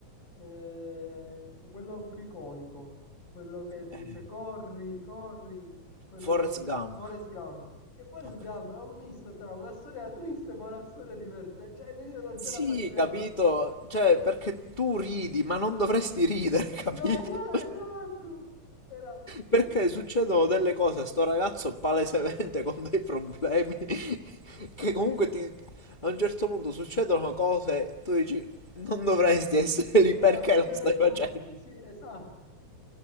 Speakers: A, on the left; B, on the left.
A: eh, quello più iconico, quello che ti
B: Eh,
A: dice corri, corri, quello
B: Forrest
A: del
B: Gump.
A: Forrest Gump, che Forrest
B: Ok.
A: Gump è un misto tra una storia triste ma una storia divertente, cioè io non
B: Sì,
A: ce la facevo.
B: capito. Cioè, perché tu ridi, ma non dovresti ridere, <laughs> capito?
A: No, esatto, esatto, era
B: Perché
A: tutto,
B: succedono delle cose a sto ragazzo palesemente con dei problemi <laughs> che comunque ti... a un certo punto succedono cose, tu dici, non dovresti essere lì, perché
A: no, ti intenerisci,
B: lo stai facendo?
A: sì, esatto.